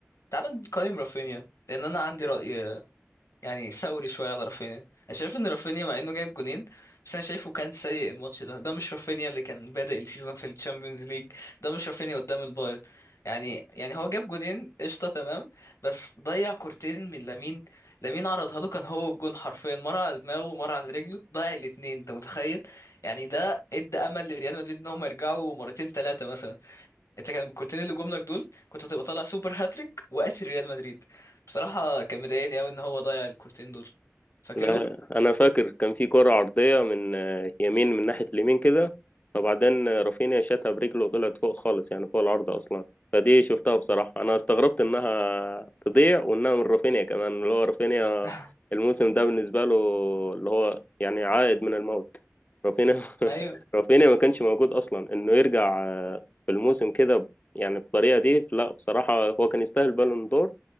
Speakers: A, on the left; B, on the left.
A: تعال نقيم رافينيا لأن أنا عندي رأي يعني ثوري شويه على رافينيا انا شايف ان رافينيا مع انه جايب جونين بس انا شايفه كان سيء الماتش ده ده مش رافينيا اللي كان بادئ السيزون في الشامبيونز ليج ده مش رافينيا قدام البايرن يعني يعني هو جاب جونين قشطه تمام بس ضيع كورتين من لامين لامين عرضها له كان هو الجون حرفيا مره على دماغه ومره على رجله ضيع الاتنين انت متخيل يعني ده ادى امل لريال مدريد ان هم يرجعوا مرتين ثلاثه مثلا انت كان كنت اللي جملك دول كنت هتبقى طالع سوبر هاتريك وقاسي ريال مدريد بصراحة كان مضايقني قوي ان هو ضيع الكورتين دول فاكرهم
B: لا انا فاكر كان في كرة عرضية من آه، يمين من ناحية اليمين كده فبعدين آه، رافينيا شاتها برجله وطلعت فوق خالص يعني فوق العرض اصلا فدي شفتها بصراحة انا استغربت انها تضيع وانها من رافينيا كمان اللي هو رافينيا
A: <laughs>
B: الموسم ده بالنسبة له اللي هو يعني عائد من الموت رافينيا
A: ايوه
B: <laughs> رافينيا ما كانش موجود اصلا انه يرجع آه، في الموسم كده ب- يعني بالطريقة دي لا بصراحة هو كان يستاهل بالون دور